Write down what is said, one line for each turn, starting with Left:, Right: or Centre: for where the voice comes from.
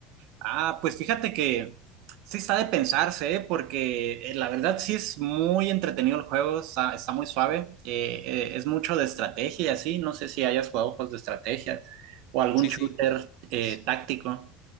Right: Ah, pues fíjate que sí está de pensarse, ¿eh? porque eh, la verdad sí es muy entretenido el juego, está, está muy suave, eh, eh, es mucho de estrategia y así, no sé si hayas jugado juegos de estrategia o algún
Left: Sí,
Right: shooter
Left: sí.
Right: eh,
Left: sí.
Right: táctico,